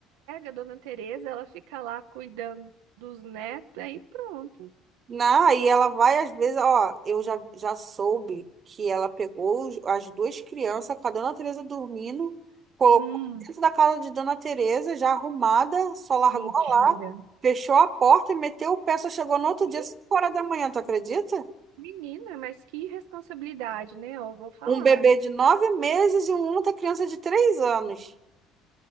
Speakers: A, on the right (about 85°); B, on the right (about 40°).
A: a dona Tereza, ela fica lá cuidando dos netos, aí pronto.
B: Não, aí ela vai, às vezes, ó, eu já, já soube que ela pegou os- as duas crianças com a Dona Teresa dormindo, colocou
A: Hum,
B: dentro da casa de Dona Teresa, já arrumada, só largou
A: mentira.
B: lá, fechou a porta e meteu o pé, só chegou no outro
A: Me-
B: dia, 5 horas da manhã, tu acredita?
A: Menina, mas que responsabilidade, né? Eu vou falar.
B: Um bebê de nove meses e uma outra criança de três anos.